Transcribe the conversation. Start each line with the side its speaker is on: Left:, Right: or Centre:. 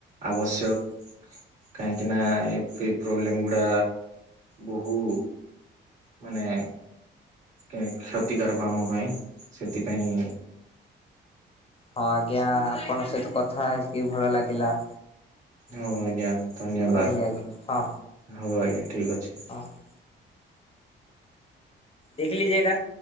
Right: ଆବଶ୍ୟକ। କାହିଁକି ନା ଏ-ଏ ପ୍ରୋବ୍ଲେମ ଗୁଡା ବହୁ ମାନେ କ୍ଷତିକାରକ ଆମ ପାଇଁ ସେଥିପାଇଁ
Left: ହଁ ଆଜ୍ଞା ଆପଣଙ୍କ ସହିତ କଥା ହେଇକି ଭଲ ଲାଗିଲା।
Right: ହଉ ଆଜ୍ଞା ଧନ୍ୟବାଦ,
Left: ରହିଲି ଆଜ୍ଞା ହଁ
Right: ହଉ ଆଜ୍ଞା ଠିକ ଅଛି।
Left: ହଁ। ଦେଖିଲି ଯେ ଏଇଟା